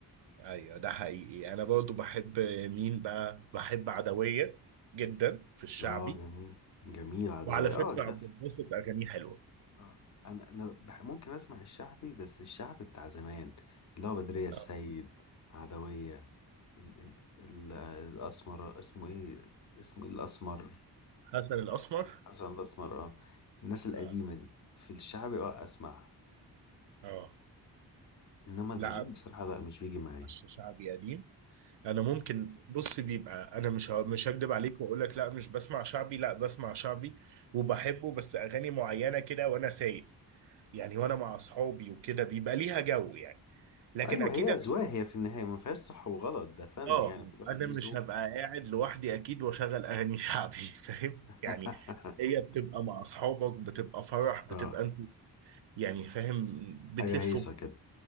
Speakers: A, on the right (about 90°); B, on the left (about 45°).
A: ايوه ده حقيقي انا برضو بحب مين بقى بحب عدويه جدا في الشعبي
B: اه جميل جميل عدوية
A: وعلى فكره
B: اه ده
A: عبد الباسط اغانيه حلوه
B: اه انا انا بح- ممكن اسمع الشعبي بس الشعبي بتاع زمان اللي هو بدرية السيد
A: آه.
B: عدوية إن إن ال- الاسمر اسمه ايه اسمه الاسمر
A: حسن الاسمر
B: حسن الاسمر اه الناس القديمة
A: اه
B: دي في الشعبي اه اسمع
A: اه
B: انما
A: لا
B: الجديد بصراحة لا مش بيجي معايا
A: عش شعبي قديم انا ممكن بص بيبقى انا مش ه- مش هكدب عليك واقول لك لا مش بسمع شعبي لا بسمع شعبي وبحبه بس اغاني معينه كده وانا سايق يعني وانا مع اصحابي وكده بيبقى ليها جو يعني لكن
B: ايوه
A: اكيد
B: هي
A: أنا-
B: اذواق هي في النهاية ما فيهاش صح وغلط ده فن
A: اه
B: يعني كل واحد
A: انا
B: ليه
A: مش
B: ذوق
A: هبقى قاعد لوحدي اكيد واشغل اغاني شعبي <laughs> فاهم
B: <laughs>
A: يعني هي بتبقى مع اصحابك بتبقى فرح بتبقى
B: اه
A: انت يعني فاهم بتلف
B: حاجة هيصة
A: وب-
B: كده